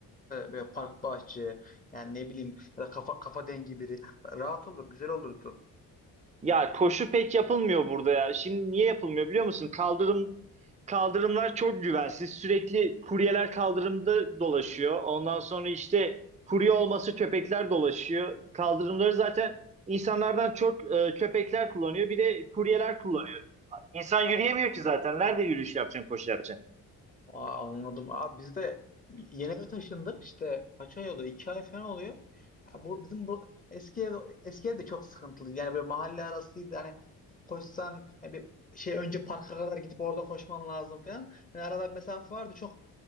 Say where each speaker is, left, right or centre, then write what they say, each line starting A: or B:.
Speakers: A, on the left; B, on the right.
A: e, böyle park bahçe yani ne bileyim ya da kafa kafa dengi biri rahat olur güzel olurdu.
B: Ya koşu pek yapılmıyor burada ya. Şimdi niye yapılmıyor biliyor musun? Kaldırım kaldırımlar çok güvensiz. Sürekli kuryeler kaldırımda dolaşıyor. Ondan sonra işte kurye olması köpekler dolaşıyor. Kaldırımları zaten insanlardan çok e, köpekler kullanıyor. Bir de kuryeler kullanıyor. İnsan yürüyemiyor ki zaten. Nerede yürüyüş yapacaksın, koşu yapacaksın?
A: Aa, anladım. Abi biz de yeni eve taşındık işte kaç ay oluyor? iki ay falan oluyor. Ya bu, bizim bu eski ev eski ev de çok sıkıntılıydı. Yani böyle mahalle arasıydı. Hani koşsan yani bir şey önce parka kadar gidip orada koşman lazım falan. Yani arada bir mesafe vardı. Çok